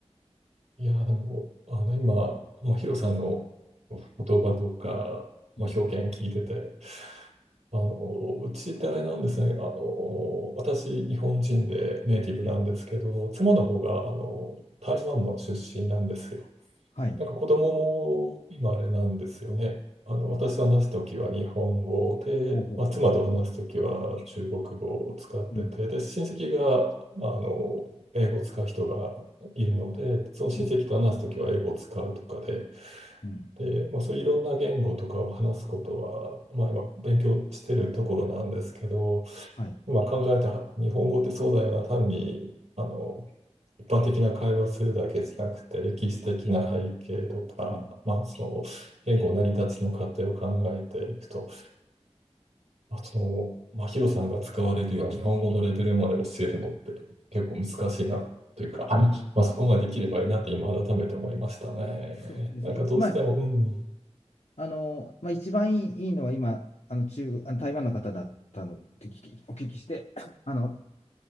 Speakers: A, on the right (about 85°); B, on the left (about 70°).
A: え、いや、でも、あの、今、
B: うん
A: まあ、ヒロさんの言葉とか、まあ、
B: うん
A: 表現聞いてて、あの、うちってあれなんですね。あの、私、日本人でネイティブなんですけど、
B: うん、
A: 妻の方が、あの、台湾の出身なんですよ。
B: はい
A: なんか子供も今あれなんですよね。あの私と話すときは日本語で、
B: うん。ほうほうほう。
A: まあ、妻と話すときは中国語を使ってて、
B: うん。
A: で、親戚が、まあ、あの英語を使う人がいるので、その親戚と話すときは英語を使うとかで、
B: うん。うん。
A: で、まあ、そういういろんな言語とかを話すことは、まあ、今勉強してるところなんですけど、
B: はい。
A: 今考えた日本語ってそうだよな、単にあの一般的な会話するだけじゃなくて、歴史的な背景とか、
B: うん。
A: まあ、その言語成り立ちの過程を考えていくと、まあ、その、まあ、ヒロさんが使われるような日本語のレベルまで教えるのって結構難しいなというか、まあ、そこまでできればいいなって今改めて思いましたね。
B: そうですね。
A: なんかどうしても、
B: 一、まあ、
A: うん、
B: あの、まあ、一番いい、いいのは今、あの中国、あの台湾の方だったのって聞き、お聞きして、<coughs> <clears throat> あの、